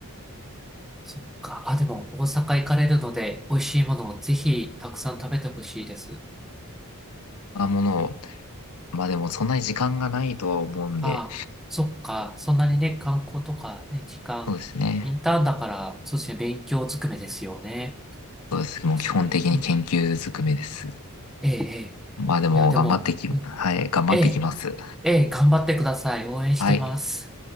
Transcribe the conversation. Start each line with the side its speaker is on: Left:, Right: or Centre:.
Centre: そっか。あ、でも、大阪行かれるので、美味しいものをぜひたくさん食べてほしいです。
Left: なものを、まあでもそんなに時間がないとは思うんで、
Centre: あ、そっか。そんなにね、観光とかね、時間、
Left: そうですね。
Centre: インターンだから、そうですね、勉強ずくめですよね。
Left: そうです。もう基本的に研究ずくめです。
Centre: 確かに。うん。ええ、ええ。
Left: まあでも頑張ってき、
Centre: いや、でも、うん
Left: はい、頑張ってきます。
Centre: ええ、ええ、頑張ってください。応援してます。
Left: はい。